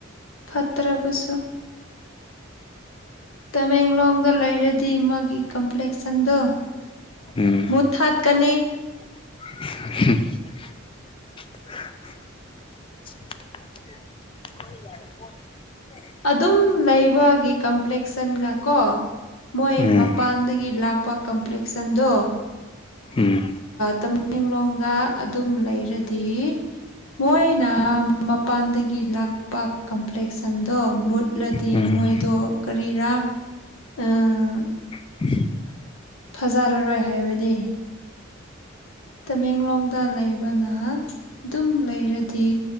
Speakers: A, on the left (about 80°); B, on the left (about 25°).
A: ꯐꯠꯇ꯭ꯔꯥꯕꯁꯨ ꯇꯃꯦꯡꯂꯣꯡꯗ ꯂꯩꯔꯗꯤ ꯃꯥꯒꯤ ꯀꯝꯄ꯭ꯂꯦꯛꯁꯟꯗꯣ
B: ꯎꯝ
A: ꯃꯨꯊꯠꯀꯅꯤ
B: <inaudible> <inaudible>
A: ꯑꯗꯨꯝ ꯂꯩꯕꯒꯤ ꯀꯝꯄ꯭ꯂꯦꯛꯁꯟꯒ ꯀꯣ ꯃꯣꯏ
B: ꯎꯝ
A: ꯃꯄꯥꯟꯗꯒꯤ ꯂꯥꯛꯄ ꯀꯝꯄ꯭ꯂꯦꯛꯁꯟꯗꯣ
B: ꯎꯝ
A: ꯇꯃꯦꯡꯂꯣꯡꯗ ꯑꯗꯨꯝ ꯂꯩꯔꯗꯤ ꯃꯣꯏꯅ ꯃꯄꯥꯟꯗꯒꯤ ꯂꯥꯛꯄ ꯀꯝꯄ꯭ꯂꯦꯛꯁꯟꯗꯣ ꯃꯨꯠꯂꯗꯤ
B: ꯎꯝ
A: ꯃꯣꯏꯗꯣ ꯀꯔꯤꯔꯥ ꯎꯝ
B: <inaudible>
A: ꯐꯖꯔꯔꯣꯏ ꯍꯥꯏꯕꯅꯤ ꯇꯃꯦꯡꯂꯣꯡꯗ ꯂꯩꯕꯅ ꯑꯗꯨꯝ ꯂꯩꯔꯗꯤ